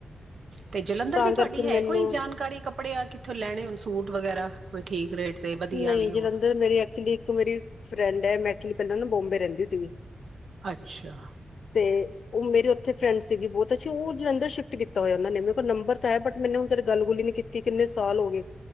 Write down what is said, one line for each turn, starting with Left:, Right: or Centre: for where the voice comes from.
Right: ਤੇ ਜਲੰਧਰ
Left: ਤਾਂ
Right: ਵੀ ਤੁਹਾਡੀ
Left: ਕਰਕੇ
Right: ਹੈ
Left: ਮੈਨੂੰ
Right: ਕੋਈ ਜਾਣਕਾਰੀ ਕਪੜਿਆਂ ਕਿਥ ਕਿਥੋਂ ਲੈਣੇ ਹੋਨ ਸੂਟ ਵਗੈਰਾ ਕੋਈ ਠੀਕ ਰੇਟ। ਤੇ ਵਧੀਆ
Left: ਨਈ
Right: ਵੀ
Left: ਜਲੰਧਰ
Right: ਹੋਣ
Left: ਮੇਰੀ ਐਕਚੁਲੀ ਇੱਕ ਮੇਰੀ ਫਰੈਂਡ ਐ, ਮੈ ਐਕਚੂਲੀ ਪਹਿਲਾਂ ਨਾਂ ਬੋਮਬੇ ਰੇਂਦੀ ਸੀਗੀ।
Right: ਅੱਛਾ।
Left: ਤੇ ਉਹ ਮੇਰੇ ਉੱਥੇ ਫਰੈਂਡ ਸੀਗੀ ਬੋਤ ਅੱਛੀ, ਉਹ ਜਲੰਧਰ ਸ਼ਿਫਟ ਕੀਤਾ ਹੋਇਆ ਉਹਨਾਂ ਨੇੇ, ਮੇਰੇ ਕੋਲ ਨੰਬਰ ਤਾਂ ਹੈ ਬਟ ਮੈਨੂੰ ਕਦੇ ਗੱਲ-ਗੁੱਲ ਈ ਨੀ ਕੀ ਕਿ ਕਿੰਨੇ ਸਾਲ ਹੋ ਗਏ।